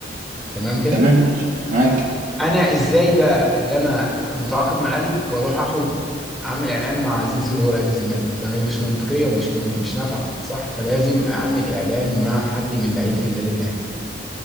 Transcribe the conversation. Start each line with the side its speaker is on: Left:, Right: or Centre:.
Centre: تمام كده
Right: تمام ماشي، معاك
Centre: انا ازاي بقى اللي انا متعاقد مع الاهلي واروح اخد اعمل اعلان مع زيزو اللي هو لعيب الزمالك فهي مش منطقيه ومش م... مش نافعه صح فلازم اعمل اعلان مع حد من لعيبه النادي الاهلي